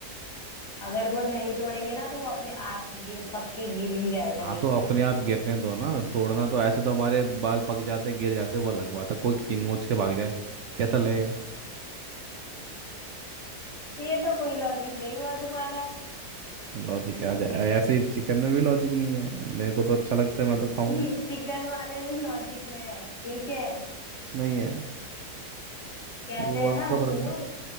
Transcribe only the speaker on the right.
हाँ
तो अपने आप गिरने दो ना तोड़ना तो ऐसे तो हमारे बाल पक जाते गिर जाते वो अलग बात है कोई खींच के भाग जाए कैसा लगेगा
लॉजिक आ जाए ऐसे ही चिकन में भी लॉजिक नहीं है मेरे को तो अच्छा लगता है मैं तो खाऊंगा
नहीं है
वो
आपका
भ्रम
है